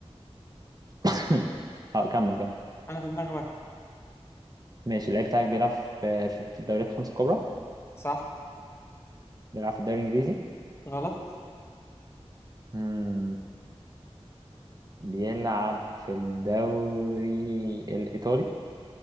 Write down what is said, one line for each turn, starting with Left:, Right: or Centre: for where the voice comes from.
Right: <coughs> اه كمل كمل
Left: انا في دماغي واحد
Right: ماشي اللعيب بتاعك بيلعب في في في الدوريات الخمسة الكبرى
Left: صح
Right: بيلعب في الدوري الإنجليزي
Left: غلط
Right: مم. بيلعب في الدوري الإيطالي